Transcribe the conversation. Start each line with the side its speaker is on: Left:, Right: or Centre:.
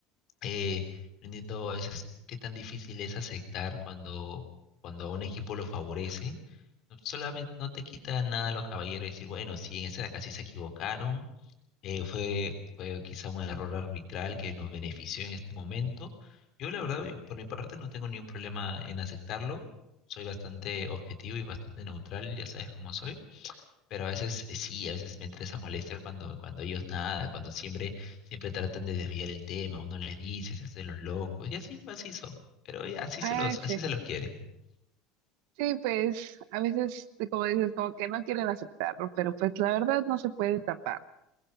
Left: Eh, no entiendo a veces qué tan difícil es aceptar cuando, cuando a un equipo lo favorece. No, solamente no te quita nada lo caballero decir, bueno, sí, en esta de acá sí se equivocaron, eh, fue, fue quizá un error arbitral que nos benefició en este momento. Yo la verdad, eh, por mi parte, no tengo ningún problema en aceptarlo. Soy bastante objetivo y bastante neutral, ya sabes cómo soy. Pero a veces eh, sí, a veces me entra esa molestia cuando, cuando ellos nada, cuando siempre, siempre tratan de desviar el tema, uno les dice, se hacen los locos, y así, así son. Pero ya, así
Right: Ah,
Left: se los,
Right: sí.
Left: así se los quiere.
Right: Sí, pues a veces, como dices, como que no quieren aceptarlo, pero pues la verdad no se puede tapar.